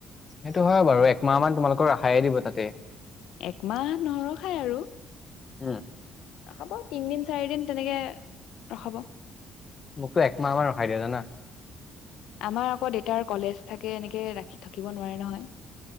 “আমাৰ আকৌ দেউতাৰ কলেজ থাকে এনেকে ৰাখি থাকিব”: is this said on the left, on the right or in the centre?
Left